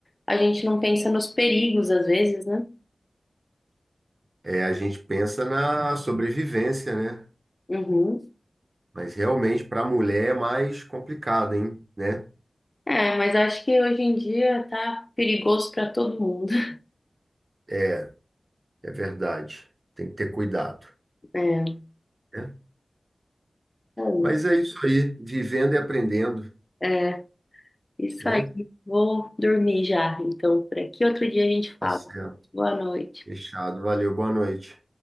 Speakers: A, on the left; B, on the right.
A: a gente não pensa nos perigos às vezes, né?
B: É, a gente pensa na sobrevivência, né?
A: Uhum.
B: Mas realmente para a mulher é mais complicado, hein? Né?
A: É, mas acho que hoje em dia tá perigoso pra todo mundo. <laughs>
B: É, é verdade. Tem que ter cuidado,
A: É,
B: né?
A: bom,
B: Mas é isso aí, vivendo e aprendendo,
A: é, isso
B: né?
A: aí. Vou dormir já, então, por aqui. Outro dia a gente fala.
B: Tá certo.
A: Boa noite.
B: Fechado. Valeu, boa noite.